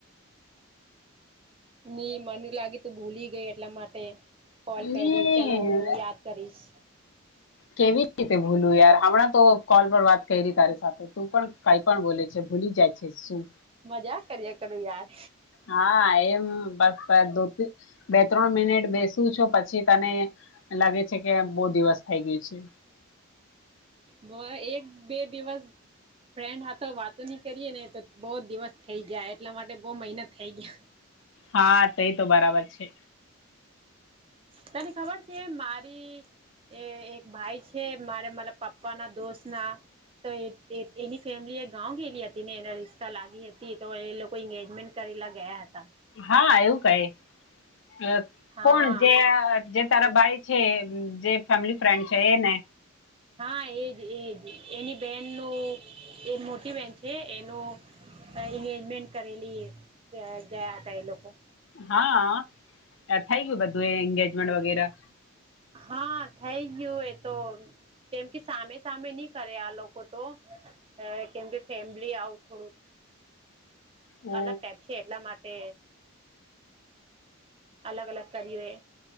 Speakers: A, on the right; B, on the left.
A: નઈ મને લાગે તું ભૂલી ગઈ એટલા માટે કોલ કયરી
B: ની
A: ચલો હું યાદ કરીશ.
B: કેવી રીતે ભૂલું યાર હમણાં તો કોલ પર વાત કયરી તારી સાથે તું પણ કઈ પણ બોલે છે ભૂલી જાય છે શું
A: મજાક કર્યા કરું યાર
B: હા એમ બસ પ દો તી બે ત્રણ મિનિટ બેસું છું પછી તને લાગે છે કે બો દિવસ થઇ ગયું છે.
A: બો એક બે દિવસ ફ્રેન્ડ હાતો વાતો ની કરીએ ને તો બો દિવસ થઈ જાય એટલા માટે બો મહિના થઈ ગીયા
B: હા તે તો બરાબર છે.
A: તને ખબર છે મારી એ એક ભાઈ છે મારે માલા પપ્પા ના દોસ્ત ના તો એ ત એત એની ફેમિલી એ ગાવ ગેલી હતી ને એના રિશ્તા લાગી હતી તો એ લોકો ઇંગેજમેન્ટ કરેલા ગયા હતા.
B: હા એવું કાંઈ અહ
A: હા
B: કોણ જે આ જે તારા ભાઈ છે જે ફેમિલી ફ્રેન્ડ છે એને
A: હા એજ એજ એની બેન નો એ મોટી બેેન છે એનો અહ ઇંગેજમેન્ટ કરેલી ગયા ગયા હતા એ લોકો.
B: હા આ એ થઈ ગ્યું બધું એ ઇંગેજમેન્ટ વગેરા
A: હા થઈ ગ્યું એ તો કેમ કે સામે સામે ની કરે આ લોકો તો અહ કેમ કે ફેમિલી આવું થોડું
B: ઓ
A: અલગ ટાઈપ છે એટલા માટે અલગ અલગ કરીયું એ